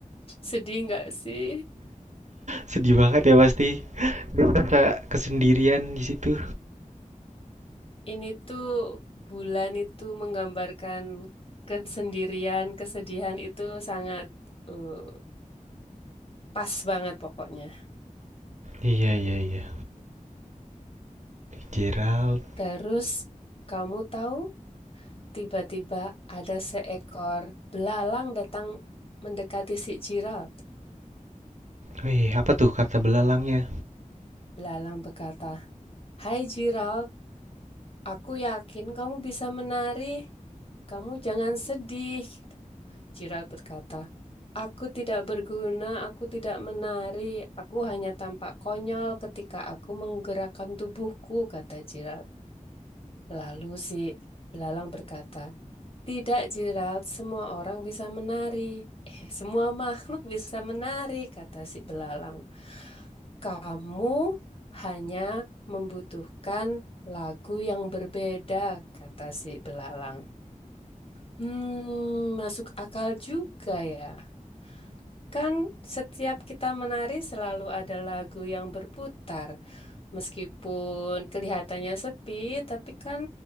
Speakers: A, on the left; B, on the right.
A: Sedih nggak sih?
B: sedih banget ya pasti. Dia merasa kesendirian di situ.
A: Ini tuh bulan itu menggambarkan kesendirian, kesedihan itu sangat eh, pas banget pokoknya.
B: Iya iya iya, Gerald.
A: Terus kamu tahu tiba-tiba ada seekor belalang datang mendekati si Gerald.
B: Wih, apa tuh kata belalangnya?
A: Belalang berkata, "Hai Gerald, aku yakin kamu bisa menari. Kamu jangan sedih. Jiral berkata, Aku tidak berguna, aku tidak menari, aku hanya tampak konyol ketika aku menggerakkan tubuhku, kata Jiral. Lalu si belalang berkata, Tidak Jiral, semua orang bisa menari. Eh, semua makhluk bisa menari, kata si belalang. Kamu hanya membutuhkan lagu yang berbeda, kata si belalang. Hmm, masuk akal juga ya. Kan setiap kita menari selalu ada lagu yang berputar. Meskipun kelihatannya sepi, tapi kan